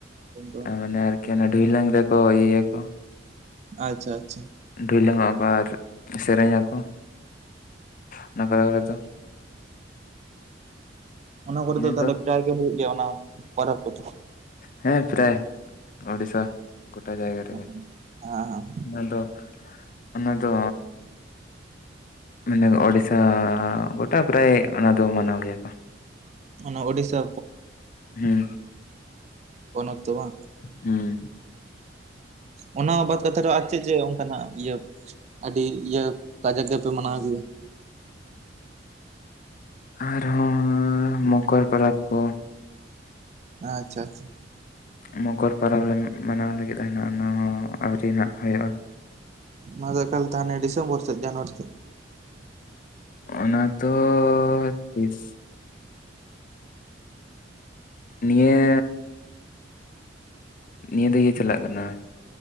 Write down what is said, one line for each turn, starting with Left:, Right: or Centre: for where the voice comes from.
Right: ᱫᱚ?
Left: ᱢᱟᱱᱮ ᱟᱨᱠᱤ ᱚᱱᱟ ᱰᱷᱩᱭᱞᱟᱝ ᱨᱮᱠᱚ ᱤᱭᱟᱹᱭᱟᱠᱚ
Right: ᱟᱪᱪᱷᱟ ᱟᱪᱪᱷᱟ
Left: ᱰᱷᱤᱞᱟᱹᱝ ᱚᱜᱼᱟ ᱠᱚ ᱟᱨ ᱥᱮᱨᱮᱧᱟᱠᱚ ᱚᱱᱟ ᱠᱚ ᱛᱚ
Right: ᱚᱱᱟ ᱠᱚᱨᱮ
Left: ᱤᱱᱟᱹ
Right: ᱫᱚ ᱛᱟᱦᱚᱞᱮ ᱯᱨᱟᱭ ᱜᱮ ᱦᱩᱭᱩᱜ ᱜᱮᱭᱟ ᱚᱱᱟ ᱯᱚᱨᱚᱵᱽ ᱠᱚᱫᱚ?
Left: ᱦᱮᱸ ᱯᱨᱟᱭ ᱩᱲᱤᱥᱟ ᱜᱳᱴᱟ ᱡᱟᱭᱜᱟ ᱨᱮᱜᱮ
Right: ᱦᱮᱸ ᱦᱮᱸ
Left: ᱚᱱᱟ ᱫᱚ ᱚᱱᱟ ᱫᱚ ᱢᱟᱱᱮ ᱚᱲᱤᱥᱟ ᱜᱚᱴᱟ ᱯᱨᱟᱭ ᱚᱱᱟ ᱫᱚ ᱢᱟᱱᱟᱣ ᱜᱮᱭᱟ ᱠᱚ
Right: ᱚᱱᱟ ᱳᱰᱤᱥᱟ
Left: <unintelligible> ᱦᱮᱸ
Right: ᱩᱱ ᱚᱠᱛᱚ ᱵᱟᱝ
Left: ᱦᱩᱸ
Right: ᱚᱱᱟ ᱵᱟᱫ ᱠᱟᱛᱮᱫ ᱨᱮᱦᱚ ᱟᱨ ᱪᱮᱫ ᱪᱮᱫ ᱚᱱᱠᱟᱱᱟᱜ ᱤᱭᱟᱹ ᱟᱹᱰᱤ ᱤᱭᱟᱹ ᱠᱟᱡᱟᱠ ᱜᱮᱯᱮ ᱢᱟᱱᱟᱣ ᱜᱮᱭᱟ
Left: ᱟᱨᱦᱚᱸ ᱢᱚᱠᱚᱨ ᱯᱚᱨᱚᱵᱽ ᱠᱚ
Right: ᱟᱪᱪᱷᱟ ᱟᱪᱪᱷᱟ
Left: ᱢᱚᱠᱚᱨ ᱯᱚᱨᱚᱵᱽ ᱞᱮ ᱢᱟᱱᱟᱣ ᱞᱟᱹᱜᱤᱫ ᱞᱟᱹᱜᱤᱫ-ᱟ ᱚᱱᱟ ᱦᱚᱸ ᱟᱹᱣᱨᱤ ᱦᱟᱸᱜ ᱦᱩᱭᱩᱜ-ᱟ᱾
Right: ᱱᱚᱣᱟ ᱫᱚ ᱮᱠᱟᱞ ᱛᱮ ᱦᱟᱱᱮ ᱰᱤᱥᱢᱵᱚᱨ ᱪᱮ ᱡᱟᱱᱣᱟᱨᱤ ᱥᱮ
Left: ᱚᱱᱟ ᱛᱚ ᱛᱤᱥ ᱱᱤᱭᱟᱹ ᱱᱤᱭᱟᱹ ᱫᱚ ᱤᱭᱟᱹ ᱪᱟᱞᱟᱜ ᱠᱟᱱᱟ